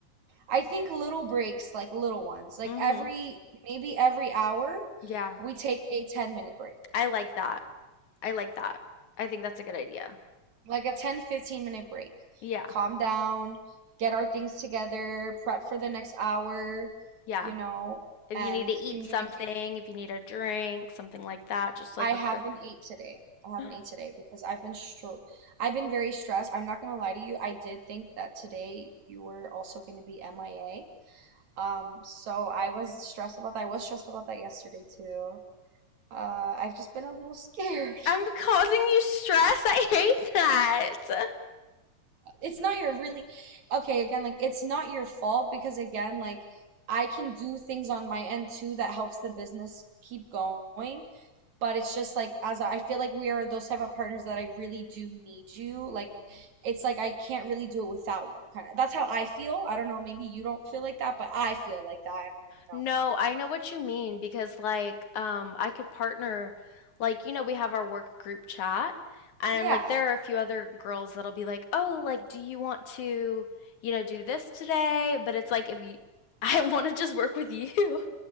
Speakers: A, on the right (about 75°); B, on the left (about 80°).
A: I think little breaks, like little ones, like
B: Mhm.
A: every maybe every hour,
B: Yeah.
A: we take a 10 minute break.
B: I like that. I like that. I think that's a good idea.
A: like a 10 15 minute break.
B: Yeah.
A: Calm down, get our things together, prep for the next hour,
B: Yeah.
A: you know,
B: If
A: and
B: you need to eat
A: communicate.
B: something, if you need a drink, something like that, just like
A: I
B: a
A: haven't
B: quick
A: ate today. I haven't
B: <gasps>
A: ate today because I've been stro I've been very stressed. I'm not gonna lie to you. I did think that today you were also gonna be MIA. Um, so I was stressed about that. I was stressed about that yesterday too. Uh, I've just been a little scared.
B: I'm
A: <laughs>
B: causing you stress. I hate that.
A: it's not your really okay again like it's not your fault because again like I can do things on my end too that helps the business keep going but it's just like as I feel like we are those type of partners that I really do need you like it's like I can't really do it without you kind of that's how I feel I don't know maybe you don't feel like that but I feel like that and you know
B: No, I know what you mean because like um I could partner like you know we have our work group chat and
A: yeah
B: like there are a few other girls that'll be like, "Oh, like do you want to, you know, do this today?" But it's like if you <laughs> I want to just work with you. <laughs>